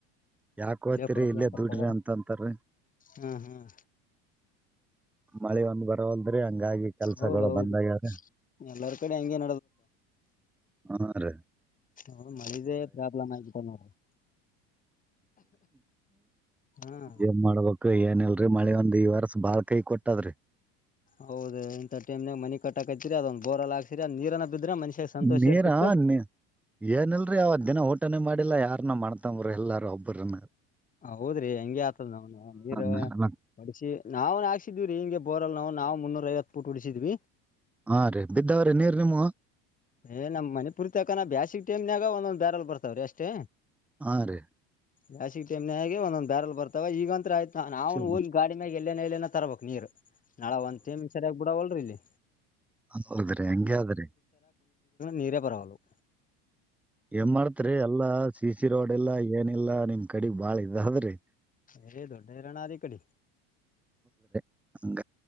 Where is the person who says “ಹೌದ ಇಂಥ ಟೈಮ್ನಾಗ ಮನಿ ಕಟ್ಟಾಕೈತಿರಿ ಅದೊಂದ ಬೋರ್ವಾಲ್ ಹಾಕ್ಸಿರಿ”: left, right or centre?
Left